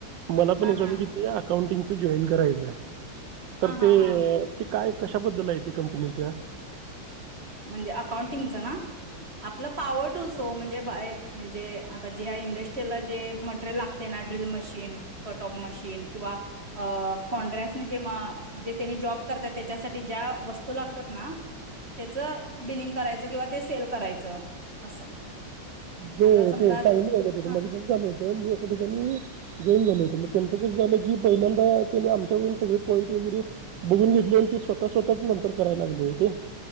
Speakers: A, on the right (about 70°); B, on the right (about 30°).
A: मला पण यांच्याकडून
B: हा
A: किती अकाउंटिंग जॉईन करायचाय. तर
B: हा हा
A: ते
B: हा
A: ते काय? कशाबद्दल आहे ते कंपनीच?
B: म्हणजे अकाउंटिंगच ना. आपलं पॉवर टूल्स हो म्हणजे पाहा म्हणजे आता जे इंडस्ट्रीला जे मटेरियल लागते ना ड्रिल मशीन, कटऑफ मशीन, किंवा फौंन्ड्रन्सनी जेव्हा तेनी जॉब करत्यात त्याच्यासाठी ज्या वस्तू लागतात ना त्याचं बिल करायच किंवा ते सेल करायचं. असं
A: ते
B: आता समजा
A: ते चांगली आहे मध्ये
B: हा
A: ते बंद झाल होतं. मी एका ठिकाणी घेऊन आलो होत म त्यांंत कस झालं, की पहिल्यांदा त्यांनी आमच्याकडून सगळे पॉईंट वगैरे बघून घेतले आणि ते स्वतः स्वतःच नंतर कराय लागले होते